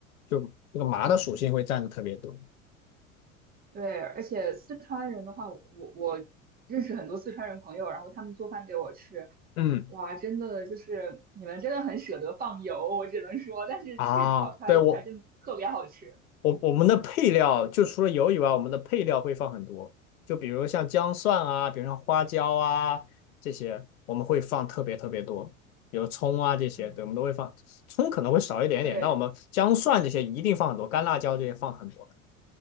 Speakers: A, on the left; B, on the right.
A: 就这个麻的属性会占的特别多。
B: 嗯，对，而且四川人的话，我我认识很多四川人朋友，然后他们做饭给我吃，
A: 嗯，
B: 哇，真的就是你们真的很舍得放油，我只能说，但是确实炒出来的菜真的特别好吃。
A: 啊，对我。我我们的配料就除了油以外，我们的配料会放很多，就比如像姜蒜啊，比如像花椒啊这些，我们会放特别特别多，比如葱啊这些，
B: 嗯，
A: 对，我们都会放。葱可能会少一点点，
B: 对，
A: 但我们姜蒜这些一定放很多，干辣椒这些放很多。